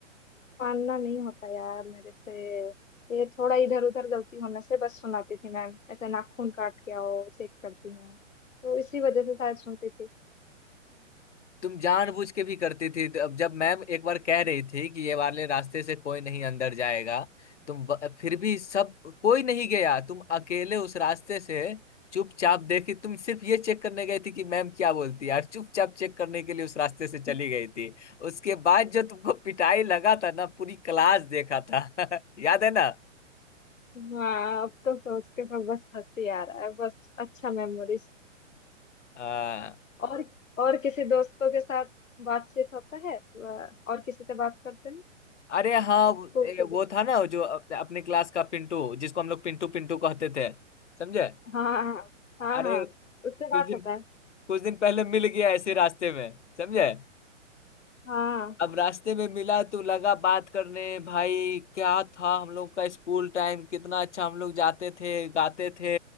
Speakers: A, on the left; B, on the left.
A: मानना नहीं होता यार मेरे से ये थोड़ा इधर उधर गलती होने से बस सुनाती थी मैम ऐसे नाखून काट के आओ चेक करती हैं तो इसी वजह से शायद सुनती थी
B: तुम जानबूझ के भी करती थी तो अब जब मैम एक बार कह रही थी कि ये वाले रास्ते से कोई नहीं अंदर जाएगा तुम ब- फिर भी सब कोई नहीं गया तुम अकेले उस रास्ते से चुपचाप देखी तुम सिर्फ ये चेक करने गई थी कि मैम क्या बोलती है और चुपचाप चेक करने के लिए उस रास्ते से चली
A: <laughs>
B: गई थी उसके बाद जो तुमको पिटाई लगा था ना पूरी क्लास देखा था <laughs> याद है ना
A: हाँ अब तो सोच के तो बस हंसी आ रहा है बस अच्छा मेमोरीज
B: हाँ
A: और और किसी दोस्तों के साथ बातचीत होता है अ, और किसी से बात करते हैं
B: अरे हाँ वो
A: स्कूल
B: ए,
A: के
B: वो
A: दोस्त-
B: था ना जो अप- अपने क्लास का पिंटू जिसको हम लोग पिंटू पिंटू कहते थे समझे
A: हाँ हाँ हाँ
B: अरे
A: हाँ उससे
B: कुछ
A: बात
B: दिन
A: होता है
B: कुछ दिन पहले मिल गया ऐसे रास्ते में समझे
A: हाँ
B: अब रास्ते में मिला तो लगा बात करने भाई क्या था हम लोग का स्कूल टाइम कितना अच्छा हम लोग जाते थे गाते थे